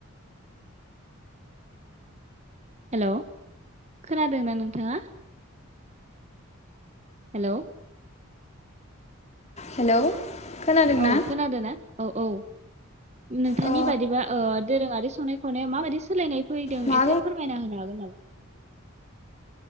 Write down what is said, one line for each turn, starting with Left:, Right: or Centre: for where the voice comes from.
Right: हेलौ खोनादोंना नोंथाङा हेलौ
Left: हेलौ खोनादों
Right: औ
Left: ना
Right: खोनादो ना औ औ नोंथांनि
Left: ओ
Right: बादिबा ओ दोरोङारि संनाय खावनाया माबायदि सोलायनाय फैदों
Left: मा
Right: एसे
Left: बुं
Right: फोरमायना होनो हागोन नामा <inaudible>